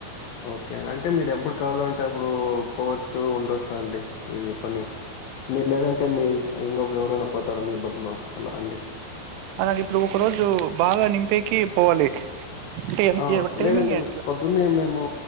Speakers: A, on the left (about 70°); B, on the right (about 80°).
A: ఓకే అంటే మీరు ఎప్పుడు కావలో అంటే అప్పుడు పోవచ్చు ఉండొచ్చు అండి ఇది పని మీరు లేదంటే మీ ఇంకొకరు ఎవరైనా పోతారా మీ బదులో అలా అండి
B: అలా ఇప్పుడు ఒక రోజు బాగ నింపేకి పోవాలి అంటే ఎన్-
A: అ
B: ఏ టైమింగ్
A: లేదండి <unintelligible>
B: ఎట్లా
A: ఇన్ని మేము